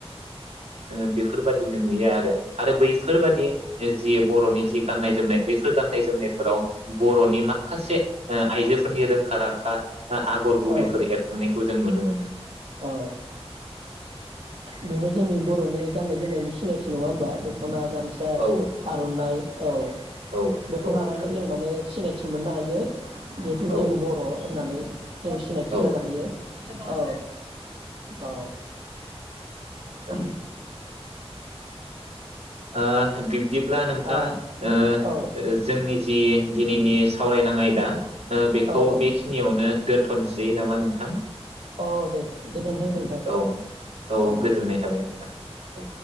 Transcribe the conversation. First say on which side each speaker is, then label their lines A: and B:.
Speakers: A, on the right (about 80°); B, on the right (about 70°).
A: ओ बेफोरबादिनो नुयो आरो आरो बै फोरबादि जि बर'नि जि गाननाय जोमनाय बैफोर गान्नाय जोमनायफोराव बर'नि माखासे ओ आइजोफोरनि रोंखा राखा ओ आगर गुबैफोर
B: औ
A: एरखांनायखौ जों नुनो मोनो <unintelligible>
B: औ बेनो जोंनि बर'नि गाननाय जोमनायनि सिनायथि नङा होमबा दख खना गामसा
A: औ
B: आर'नाइ औ
A: औ
B: बेखौ
A: औ
B: लानानै
A: थारैनो
B: जों माने सिनाय थि मोननो हायो जिहेथु
A: औ
B: जों बर' होननानै जों सिनायथि
A: औ
B: जानो हायो औ औ <unintelligible>
A: आ बिबदि ब्ला नोंथां
B: आ
A: ओ
B: औ
A: जोंनि जि दिनैनि सावरायनां आयदा ओ बेखौ
B: औ औ
A: बेखिनियावनो दोनथ'सै जेयो नामा नोंथां
B: औ दे गोजोन्थों नोंथां
A: औ
B: औ
A: गोजोननाय
B: दे
A: थाबाय नोंथां औ